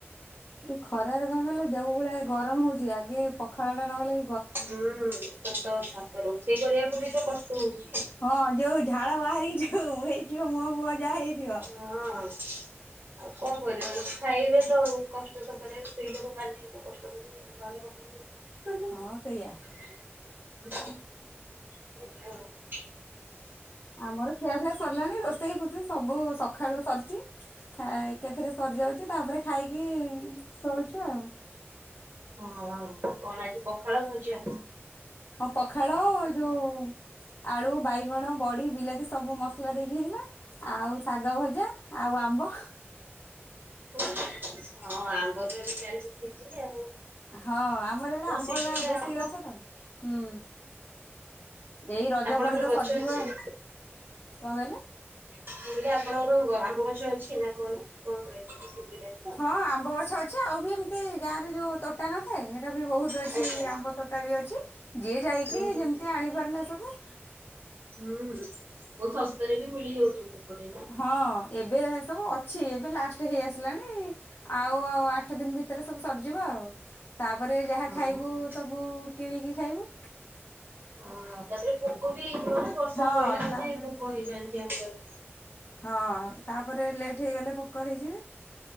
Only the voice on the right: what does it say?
ହୁଁ ସତ କଥା ରୋଷେଇ କରିବାକୁ ବି ତ କଷ୍ଟ ‌ହୋଉଚି।
ହଁ। ଆଉ କଣ କରିବା ଖାଇବେ ତ ଆଉ କଷ୍ଟ ତ କରିବା ସ୍ତ୍ରୀ ଲୋକ ମାନେ ତ କଷ୍ଟ କରି ନହେଲେ ହବନି ଆଉ।
ସେଇଆ ଆଉ।
ହଁ କଣ ଆଜି ପଖାଳ ଭଜା।
ହଁ ଆମ୍ବ ତ ଏଠି ଚାଲିଚି ସିଜିନି ଆଉ।
ସିଜିନରେ
ଆମ୍ବ
ଆପଣଙ୍କର
ଗଛ
ଅଛି
ମୁଁ କଇଲି ଆପଣଙ୍କର ଆମ୍ବ ଗଛ ଅଛି ନା କଣ କଣ କଇଲେ ମତେ ଗୁଭିଲାନି।
ଆଚ୍ଛା ଆଚ୍ଛା
ହୁଁ ହୁଁ
ହୁଁ ବହୁ ଶସ୍ତାରେ ବି ମିଳିଯାଉଥିବ ସେପଟେ ନା।
ହଁ।
ଓ ତାପରେ ପୋକ ବି ହେଇଯିବ ନା ବର୍ଷା
ପଇଲା ମାନେ
ପୋକ ହେଇଯାଆନ୍ତି ଆମ୍ବରେ।